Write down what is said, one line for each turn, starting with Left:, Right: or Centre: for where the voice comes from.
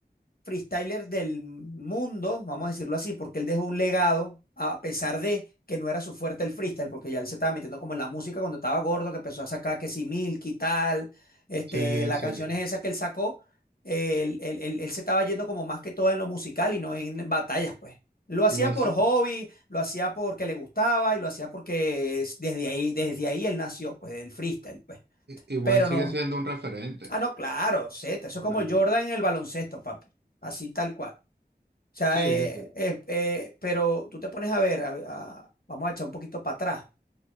Left: freestylers del mundo, vamos a decirlo así, porque él dejó un legado, a pesar de que no era su fuerte el freestyle, porque ya él se estaba metiendo como en la música cuando estaba gordo, que empezó a sacar que si Milky tal, este,
Right: Sí,
Left: las
Right: sí.
Left: canciones esas que él sacó, eh, él, él- él- él se estaba yendo como más que todo en lo musical y no en batallas, pues. Lo hacía
Right: Igual,
Left: por
Right: si-
Left: hobby, lo hacía porque le gustaba y lo hacía porque es- desde ahí, desde ahí él nació, pues, del freestyle, pues.
Right: i- igual
Left: Pero
Right: sigue
Left: no.
Right: siendo un referente.
Left: Ah, no, claro, Z, eso
Right: Por
Left: es como
Right: el,
Left: Jordan en el baloncesto, papi. Así tal cual. O sea,
Right: sí,
Left: eh,
Right: sí.
Left: eh, eh, pero tú te pones a ver, a- a- vamos a echar un poquito para atrás.